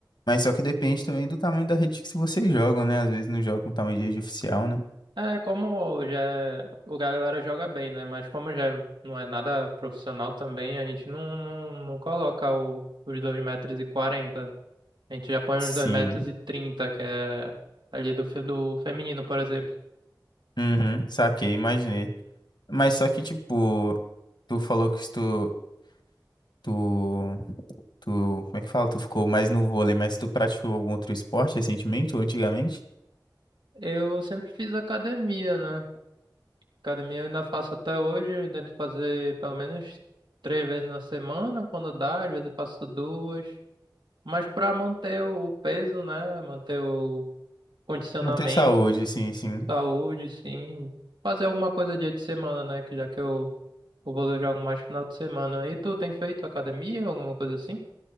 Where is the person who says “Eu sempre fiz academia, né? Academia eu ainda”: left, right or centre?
Right